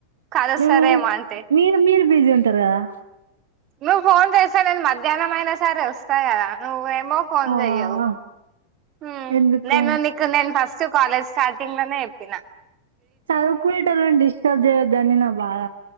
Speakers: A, on the right; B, on the right.
A: కలుస్తారేమో
B: హ్మ
A: అంటే
B: మీరు మీరు బిజీ ఉంటారు కదా
A: నువ్వు ఫోన్ చేస్తే నేను మధ్యాహ్నం అయినా సరే వస్తా కదా నువ్వే ఏమో ఫోన్
B: ఆ
A: చెయ్యావ్ హ్మ
B: ఎందుకు
A: నేన నీకు నెన్ ఫస్ట్ కాాలేజ్ స్టార్టింగ్ లోనే ఎప్పిన
B: చదువుకునేటోలని డిస్టర్బ్ చేయదని నా బాధ